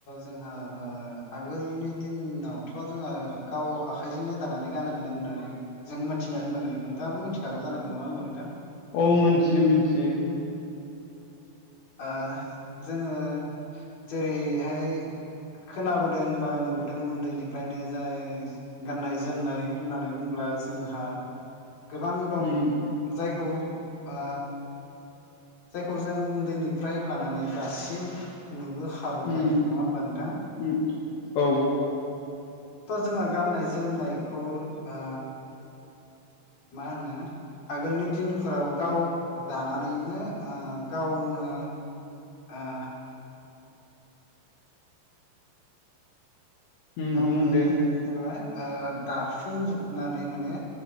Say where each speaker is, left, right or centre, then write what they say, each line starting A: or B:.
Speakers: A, on the left (about 40°); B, on the left (about 70°).
A: जोंहा ओ आगोलनि दिनावथ' जोङो गाव आखाइजोंनो दानानै गानोमोनो होननानै जों मिथिनानै मोनो नोंथाङाबो मिथिखागौ जानांगौ नङा होमबा नोंथां।
B: औ मिथियो मिथियो।
A: औ जोङो जेरैहाय खोनाबोदों बा नुबोदों उन्दैनिफ्रायनो जाय गाननाय जोमनाय होननानै बुंब्ला जोंहा गोबां दं
B: उम
A: जायखौ ओ जायखौ जों उन्दैनिफ्राय लानानै दासिम नुबोखा बोबाय
B: उम
A: नङा होमबा नोंथां?
B: उम औ
A: थ' जोङो गाननाय जोमनायखौ आ मा होनो आगोलनि दिनफोराव गाव दानानै बिनो आ गावनो आ
B: उम
A: गावनो
B: बुंदो
A: जेनेबा आ दाफुंजोबनानै माने